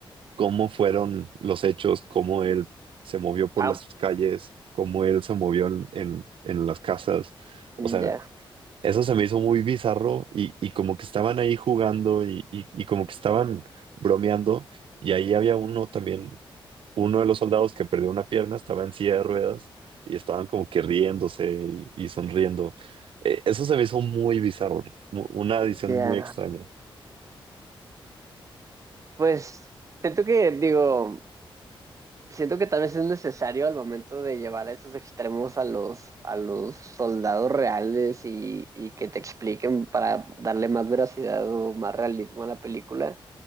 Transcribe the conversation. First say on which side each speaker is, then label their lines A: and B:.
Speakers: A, on the right; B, on the right.
A: cómo fueron los hechos, cómo él se movió por
B: wow,
A: las calles, cómo él se movió en, en en las casas. O sea,
B: ya,
A: eso se me hizo muy bizarro y, y como que estaban ahí jugando y, y- y como que estaban bromeando y ahí había uno también, uno de los soldados que perdió una pierna, estaba en silla de ruedas y estaban como que riéndose y, y sonriendo. Eh, eso se me hizo muy bizarro, mu- una edición
B: ya.
A: muy extraña.
B: Pues siento que, digo, siento que tal vez es necesario al momento de llevar a esos extremos a los, a los soldados reales y, y que te expliquen para darle más veracidad o más realismo a la película.